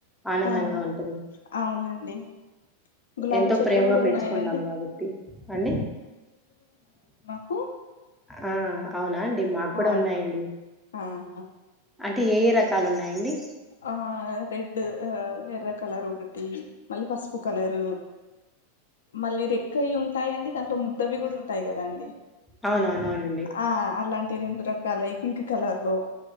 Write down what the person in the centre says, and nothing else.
ఆనందంగా
ఉంటుంది.
ఎంతో
ప్రేమగా
పెంచుకుంటాం
కాబట్టి అండి.
ఆ అవునా అండి మాకు కూడా
ఉన్నాయండి
అంటే ఏ ఏ రకాలు ఉన్నాయండి?
అవునవున అవునండి